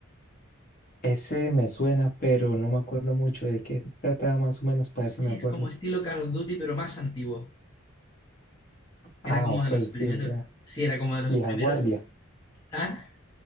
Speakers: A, on the left; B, on the left.
A: Ese me suena, pero no me acuerdo mucho de qué se trataba más o menos para ver
B: Sí,
A: si me acuerdo.
B: es como estilo Call of Duty, pero más antiguo. Era
A: Ah,
B: como
A: ok,
B: de los
A: sí,
B: primeros,
A: o sea,
B: sí, era como de los
A: vieja
B: primeros.
A: guardia,
B: ¿Ah?